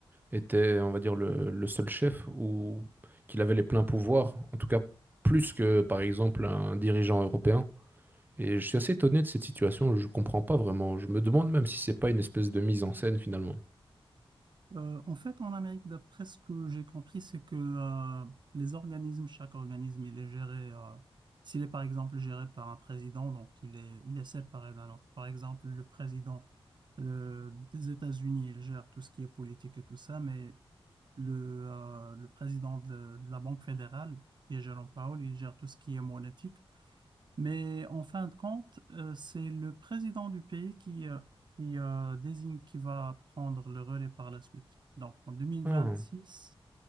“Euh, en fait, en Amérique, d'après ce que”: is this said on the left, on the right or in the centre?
Right